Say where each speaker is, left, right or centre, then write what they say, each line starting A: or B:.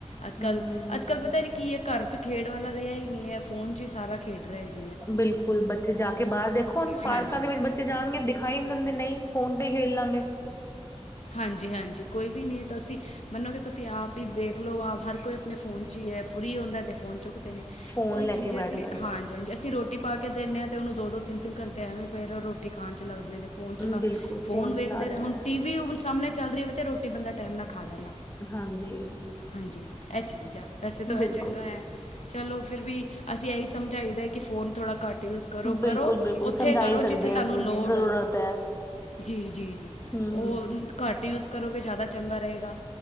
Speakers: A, on the left; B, on the left.
A: ਅੱਜ
B: ਹੂੰ
A: ਕੱਲ੍ਹ-ਅੱਜ ਕੱਲ੍ਹ ਪਤਾ ਨੀ ਕੀ ਏ ਘਰ ਚ ਖੇਡ ਵਾਲਾ ਰਿਆ ਈ ਨਈ ਏ, ਫੋਨ ਚ ਈ ਸਾਰਾ ਖੇਡ ਰੈ ਗਿਆ।
B: ਬਿਲਕੁਲ ਬੱਚੇ ਜਾ ਕੇ ਬਾਰ ਦੇਖੋ ਹੁਨ ਪਾਰਕਾਂ
A: ਹਾਂਜੀ
B: ਦੇ ਵਿੱਚ ਬ ਬੱਚੇ ਜਾਨਗੇ ਦਿਖਾਈ ਨੀ ਦਿੰਦੇ, ਨਈ ਫੋਨ ਤੇ ਖੇਲ ਲਾਂਗੇ।
A: ਹਾਂਜੀ-ਹਾਂਜੀ ਕੋਈ ਵੀ ਨੀ ਤਾਂ ਅਸੀਂ ਮੰਨੋਗੇ ਤੁਸੀਂ ਆਪ ਈ ਦੇਖ ਲੋ ਆਪ ਹਰ ਕੋਈ ਆਪਨੇ ਫੋਨ ਚ ਈ ਏ, ਫਰੀ ਹੁੰਦੈ ਤੇ ਫੋਨ ਚੁੱਕਦੇ ਨੇ।
B: ਫੋਨ
A: ਉਈ
B: ਲੈ
A: ਚੀਜ਼
B: ਕੇ
A: ਏ
B: ਬੈਠ
A: ਅਸੀਂ
B: ਗਏ
A: ਹਾਂਜੀ ਹਾਂਜੀ। ਅਸੀਂ ਰੋਟੀ ਪਾ ਕੇ ਦਿਨੇ ਆਂ ਤੇ ਉਨੂੰ ਦੋ-ਦੋ ਤਿੰਨ-ਤਿੰਨ ਘੰਟੇ ਐਵੇਂ ਪਏ ਰੋਟੀ ਖਾਨ ਚ ਲੱਗਦੇ ਨੇ। ਫੋਨ ਚਲਾ
B: ਬਿਲਕੁਲ
A: ਫੋਨ ਵੇਖਦੇ
B: ਚਲਾ ਰਿਹਾ
A: ਰਹੇ ਹੁਨ ਟੀ ਵੀ ਹੁਨ ਸਾਹਮਨੇ ਚੱਲ ਰਐ ਹੋਵੇ ਤੇ ਰੋਟੀ ਬੰਦਾ ਟੈਮ ਨਾਲ ਖਾ ਲੈਂਦਾ।
B: ਹਾਂਜੀ
A: ਹਾਂਜੀ ਐ ਚੀਜ਼ ਆ ਵੈਸੇ ਤਾਂ
B: ਬਿਲਕੁਲ
A: ਐ ਚੰਗਾ ਏ। ਚਲੋ ਫਿਰ ਵੀ ਅਸੀਂ ਏਹੀ ਸਮਝਾਈਦੈ ਕਿ ਫੋਨ ਥੋੜ੍ਹਾ ਘੱਟ ਯੂਜ ਕਰੋ,
B: ਬਿਲਕੁਲ
A: ਕਰੋ
B: ਬਿਲਕੁਲ
A: ਉੱਥੇ
B: ਸਮਝਾ
A: ਕਰੋ
B: ਹੀ ਸਕਦੇ
A: ਜਿੱਥੇ ਤੁਆਨੂੰ
B: ਹਾਂ ਅਸੀਂ
A: ਲੋੜ
B: ਜ਼ਰੂਰਤ
A: ਆ। ਜੀ ਜੀ ਜੀ
B: ਹੂੰ
A: ਉਹ
B: ਹੂੰ
A: ਘੱਟ ਯੂਜ਼ ਕਰੋਗੇ ਜਾਦਾ ਚੰਗਾ ਰਏਗਾ।